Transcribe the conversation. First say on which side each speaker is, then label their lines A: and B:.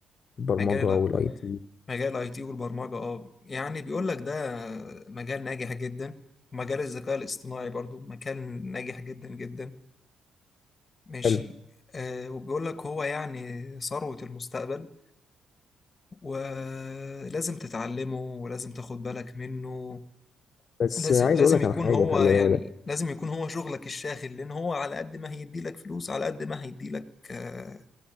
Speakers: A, on the left; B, on the left.
A: البرمجه
B: مجال
A: والاي
B: ال-
A: تي
B: مجال الاي تي والبرمجة اه يعني بيقول لك ده مجال ناجح جدا ومجال الذكاء الاصطناعي برضو مجال ناجح جدا جدا ماشي
A: حلو
B: آه وبيقول لك هو يعني ثروة المستقبل ولازم تتعلمه ولازم تاخد بالك منه
A: بس
B: لازم
A: آه، عايز
B: لازم
A: اقول لك
B: يكون
A: على حاجه
B: هو
A: خلي
B: يعني
A: بالك
B: لازم يكون هو شغلك الشاغل لأن هو على قد ما هيدي لك فلوس على قد ما هيدي لك آه